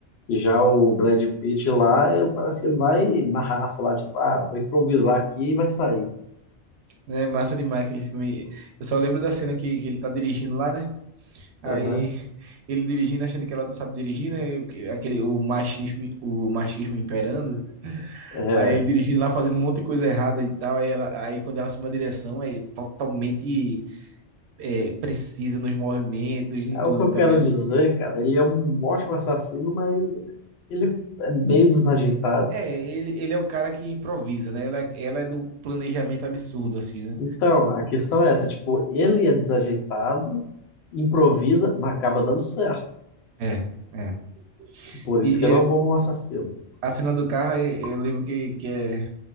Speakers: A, on the left; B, on the right.
A: Já o Brad Pitt lá, ele parece que ele vai na raça lá, tipo, ah, vou improvisar aqui e vai sair.
B: é massa demais aquele filme. Eu só lembro da cena que, que ele tá dirigindo lá, né? Aí
A: Aham.
B: <laughs> ele dirigindo, achando que ela não sabe dirigir, né? E Aquele, o machismo, o machismo imperando.
A: É,
B: Aí ele dirigindo lá, fazendo um monte de coisa errada e tal. Aí, ela, aí quando ela assume a direção, é totalmente é, precisa nos movimentos e
A: é
B: tudo,
A: o que eu
B: tá
A: quero
B: ligado?
A: dizer, cara. Ele é um ótimo assassino, mas ele é meio desajeitado.
B: É, ele, ele é o cara que improvisa, né? Ela, ela é do planejamento absurdo, assim, né?
A: Então, a questão é essa, tipo, ele é desajeitado, improvisa, mas acaba dando certo.
B: É, é.
A: Por isso
B: E,
A: que ele
B: e
A: é um bom assassino.
B: a cena do carro, eu, eu lembro que, que, é,